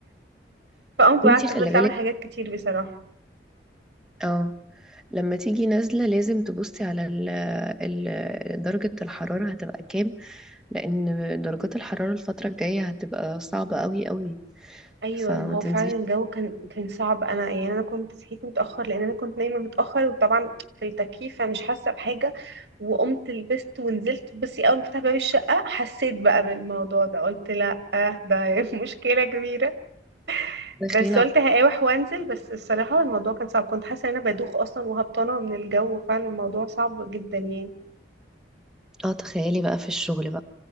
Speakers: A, on the right; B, in the centre.
A: فقمت بقى
B: انتي
A: قعدت
B: خلي
A: فضلت
B: بالك
A: اعمل حاجات كتير بصراحة
B: اه لما تيجي نازلة لازم تبصي على ال ال درجة الحرارة هتبقى كام لأن درجات الحرارة الفترة الجاية هتبقى صعبة قوي قوي
A: ايوه
B: فما
A: ما هو
B: تنزليش
A: فعلا الجو كان كان صعب انا يعني انا كنت صحيت متاخر لان انا كنت نايمه متاخر وطبعا في التكييف فمش حاسه بحاجه وقمت لبست ونزلت بس اول ما فتحت باب الشقه حسيت بقى بالموضوع ده قلت لا آه ده <laughs> مشكله كبيره
B: داخلين
A: بس
B: ع-
A: قلت هقاوح وانزل بس الصراحه الموضوع كان صعب كنت حاسه ان انا بدوخ اصلا وهبطانه من الجو فعلا الموضوع صعب جدا يعني
B: اه تخيلي بقى في الشغل بقى